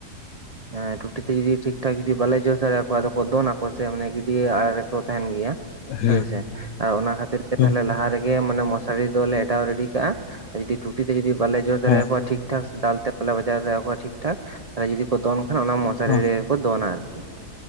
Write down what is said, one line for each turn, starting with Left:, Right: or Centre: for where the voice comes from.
Right: ᱦᱮᱸ ᱴᱩᱴᱤ ᱛᱮ ᱡᱩᱫᱤ ᱴᱷᱤᱠ ᱴᱷᱟᱠ ᱡᱩᱫᱤ ᱵᱟᱞᱮ ᱡᱚᱥ ᱫᱟᱲᱮᱭᱟᱠᱚᱣᱟ ᱟᱫᱚ ᱠᱚ ᱫᱚᱱ ᱟᱠᱚ ᱥᱮ ᱢᱟᱱᱮ ᱡᱩᱫᱤ ᱟᱲᱟ ᱨᱮᱠᱚ ᱛᱟᱦᱮᱱ ᱜᱮᱭᱟ᱾
Left: ᱦᱩᱸ
Right: ᱦᱳᱭᱥᱮ ᱚᱱᱟ ᱠᱷᱟᱹᱛᱤᱨ ᱛᱮ
Left: ᱦᱩᱸ
Right: ᱛᱟᱦᱞᱮ ᱞᱟᱦᱟ ᱨᱮᱜᱮ ᱢᱚᱥᱟᱨᱤ ᱫᱚᱞᱮ ᱮᱰᱟᱣ ᱨᱮᱰᱤ ᱠᱟᱜᱼᱟ᱾ ᱡᱩᱫᱤ ᱴᱩᱴᱤ ᱛᱮ ᱡᱩᱫᱤ ᱵᱟᱞᱮ ᱡᱚᱥ ᱫᱟᱲᱮᱭᱼᱟ
Left: ᱦᱮᱸ
Right: ᱠᱚᱣᱟ ᱴᱷᱤᱠ ᱴᱷᱤᱠ ᱴᱷᱟᱠ ᱫᱟᱞ ᱛᱮ ᱯᱟᱞᱮ ᱵᱟᱡᱟᱣ ᱫᱟᱲᱮ ᱟᱠᱚᱣᱟ ᱴᱷᱤᱠ ᱴᱷᱟᱠ ᱛᱟᱦᱚᱞᱮ ᱡᱚᱫᱤ ᱠᱚ ᱫᱚᱱ ᱠᱷᱟᱱ ᱚᱱᱟ ᱢᱚᱥᱟᱨᱤ
Left: ᱦᱮᱸ
Right: ᱨᱮ ᱫᱚᱱᱟ ᱟᱨᱠᱤ